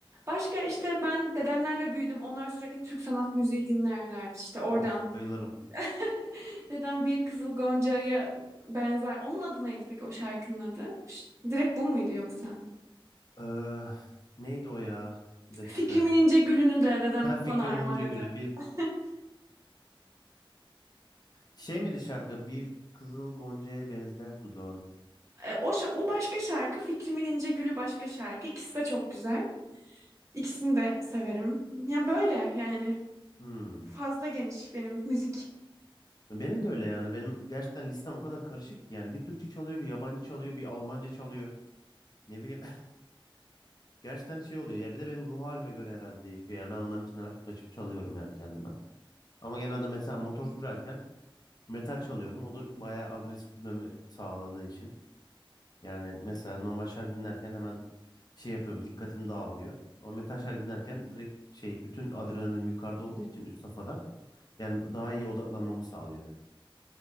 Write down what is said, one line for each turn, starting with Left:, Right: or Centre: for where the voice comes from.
Right: başka işte ben dedemlerle büyüdüm. Onlar sürekli Türk sanat müziği dinlerlerdi işte oradan.
Left: Of bayılırım.
Right: <laughs> Dedem bir Kızıl Gonca'ya benzer. Onun adı neydi peki o şarkının adı? Ş- direkt bu muydu yoksa?
Left: Ee, neydi o ya? Bir dakika.
Right: Fikrimin İnce Gülü'nü de dedem
Left: Ha, Fikrimin
Right: bana armağan
Left: İnce
Right: eder.
Left: Gülü.
Right: <laughs>
Left: Şey miydi şarkı? Bir kızıl goncaya benzer dudağın.
Right: E, o, şa- o başka şarkı, Fikrimin İnce Gülü başka şarkı. İkisi de çok güzel. İkisini de severim. Ya böyle yani.
Left: Hmm.
Right: Fazla geniş benim müzik.
Left: Benim de öyle yani. Benim gerçekten listem o kadar karışık ki yani. Bir Türkçe çalıyor, bir yabancı çalıyor, bir Almanca çalıyor. Ne bileyim. <laughs> Gerçekten şey oluyor ya. Bir de benim ruh halime göre herhalde değişiyor. Yani ben onların içine açıp açıp çalıyorum yani kendime. Ama genelde mesela motor sürerken metal çalıyorum. O da bayağı agresif sürmemi sağladığı için. Yani mesela normal şarkı dinlerken hemen şey yapıyorum. Dikkatim dağılıyor. Ama metal şarkı dinlerken direkt şey bütün adrenalin yukarıda olduğu için üst safhada. Yani daha iyi odaklanmamı sağlıyor benim.